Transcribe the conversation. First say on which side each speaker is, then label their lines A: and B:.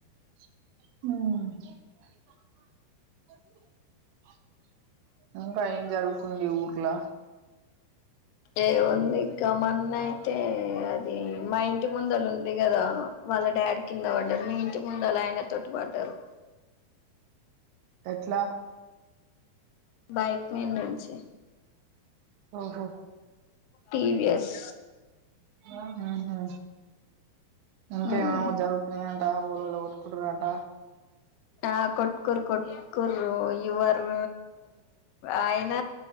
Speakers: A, on the right (about 75°); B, on the left (about 90°).
A: ఆ ఇంకా ఎమ్ జరుగుతుంది ఊర్లా
B: ఏముంది గమన్న అయితే అది మా ఇంటి ముందల ఉంది కదా వాళ్ళకి డాడ్ కింద పడ్డారు మీ ఇంటి ముందు అలా ఆయన తోటి పడ్డారు
A: ఎట్లా
B: బైక్ మీన్ నుంచి
A: ఓహో
B: టీవిఎస్
A: ఆ ఆహా ఇంకా
B: ఉమ్
A: ఏమో ఏమో జరుగుతున్నాయంట అవురోళ్లు కొట్టుకోటున్ రంట
B: ఆ కొట్ కుకురు కుకురు యూవరు ఆయన